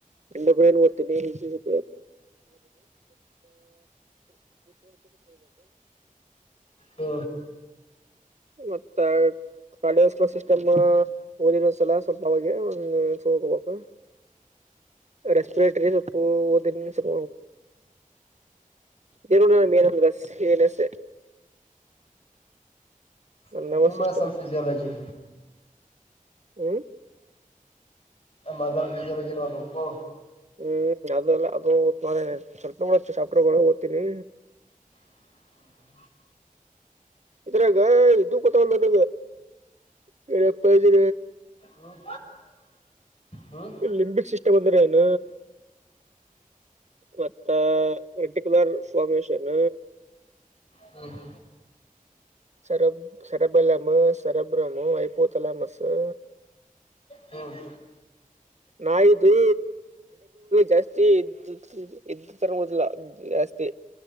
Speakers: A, on the right; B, on the left.
A: <unintelligible> ಭಟ್ ಕೇಳ್ಬೇಕು
B: ಹ್ಮ
A: ಮತ್ತ ಕಾಲೇಜು ಸಿಸ್ಟಮ್ ಓದಿರೋ ಸಲ ಸ್ವಲ್ಪ ಅವೆಗ ಒಂದನ್ಸ ಹೋಗ್ಬೇಕು ರೆಸ್ಪಿರೇಟರಿ ಸೊಪ್ಪು ದ ಸಕ ಜನೋ ನ ಮನ ಹಏನಸ
B: ಎ
A: ನರ್ವಸ್
B: ನಿಮ್ಮಸಲ್
A: ಸಿಸ್ಟಮ್
B: ಫಿಸಿಯಾಲಜಿ
A: ಹ್ಮ್
B: ಮಜಾಲ ಫಿಜಲ್ ಏನ ಆಗಬೇಕು
A: ಹ್ಮ್ ಅದೆಲ್ಲ ಅದು ಮ ಸ್ವಲ್ಪ ಚಾಪ್ಟರ್ ದೊಳಗೆ ಓದತಿನಿ
B: ಹ
A: ಇದ್ರಾಗ ಇದು ಕತಲ್ಲದ ಪ್ಪ ಅಪ್ಪಾಜಿ
B: ಹ್ಮ್ ಹ್ಮ್
A: ಲಿಂಬಿಕ್ಸ್ ಸಿಸ್ಟಮ್ ಅಂದ್ರೆ ಏನ್ ಮತ್ತ ರರ್ಟಿಕ್ಯುಲರ್ ಫಾರ್ಮೇಶನ್
B: ಹ್ಮ್
A: ಸರಬ್ ಸರಬಲಮ ಸರಬ್ರಮು ಐಪೋತಲಮಸು
B: ಹ್ಮ್
A: ನಾಯ್ದು ಜಾಸ್ತಿ ಇದ ಇದ ತರದಿಲ್ಲ ಜಾಸ್ತಿ